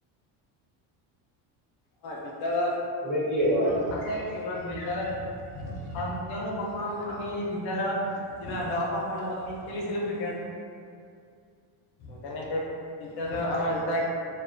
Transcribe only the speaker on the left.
হয়। বিদ্যালয়ত
জীৱনত আছে কিছু গাম বিদ্যালয়ত, কাৰণ কিয়নো প্ৰথম আমি বিদ্যালয়ত যিব ল শকৰ লগত আমি খেলিছিলো ক্ৰিকেট ত' তেনেকে বিদ্যালয়ত আমাৰ যেতিয়া খ